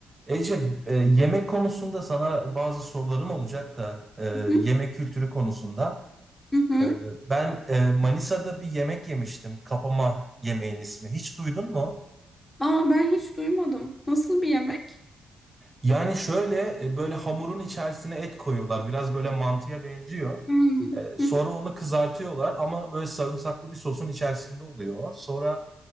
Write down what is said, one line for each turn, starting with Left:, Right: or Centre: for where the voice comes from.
Right: Ece, e, yemek konusunda sana bazı sorularım olacak da e,
Left: Hı
Right: yemek kültürü konusunda.
Left: hı. hı.
Right: E, ben e, Manisa'da bir yemek yemiştim. Kapama yemeğin ismi. Hiç duydun mu?
Left: Aa ben hiç duymadım. Nasıl bir yemek?
Right: Yani şöyle e, böyle hamurun içerisine et koyuyorlar. Biraz böyle mantıya benziyor.
Left: Hmm.
Right: E, sonra
Left: Hı hı.
Right: onu kızartıyorlar ama böyle sarımsaklı bir sosun içerisinde oluyor. Sonra